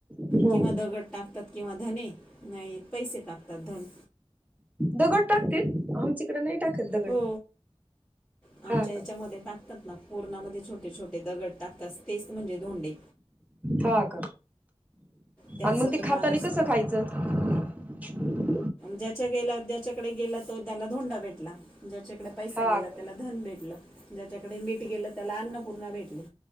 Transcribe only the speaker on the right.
हम्म
दगड टाकतेत आमचीकडे नाही टाकत दगड.
हा
का
हा का
आणि मग ते
खातानी
कसं खायचं. अच् <unintelligible>
हा
का